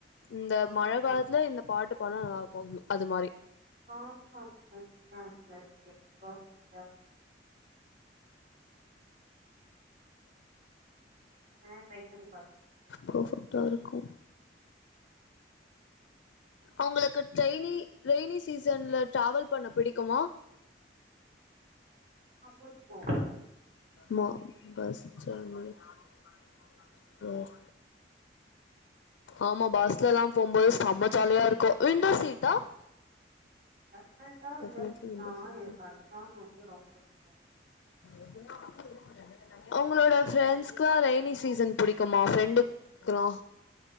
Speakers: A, on the left; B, on the right.
A: இந்த
B: ஆமா
A: மழ
B: ஆமா
A: காலத்துல இந்த பாட்டு பாட்னா நல்லாருக்கு அது மாரி
B: <unintelligible> ப்ராஃபிட் ஆ ட்ரை பண்ணி பா
A: பர்ஃபெக்ட்டா இருக்கு அவுங்களுக்கு டெய்னி ரெய்னி சீசன்ல ட்ராவல் பண்ண பிடிக்குமா
B: ஆ போட்டே
A: மா பஸ் சேன்வரி <inaudible> ஆமா பஸ்லல்லா போம் போது செம ஜாலியா இருக்கு விண்டோ சீட்டா
B: பர்ஃபெக்ட்டா உள்ள
A: டெஃபினெட்லி விண்டோ
B: தா
A: சீட்
B: எனக்கு அதுதா வந்து ரொம்ப புடிக்
A: எதுனா வர <inaudible> ஒங்ளோட ஃப்ரெண்ட்ஸ்க்குலா ரெயினி சீசன் புடிக்குமா ஃப்ரெண்டுகுல்லா